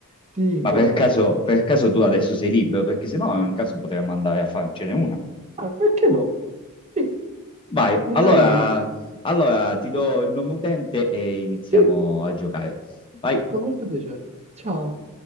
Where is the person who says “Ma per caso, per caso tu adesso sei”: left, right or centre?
Left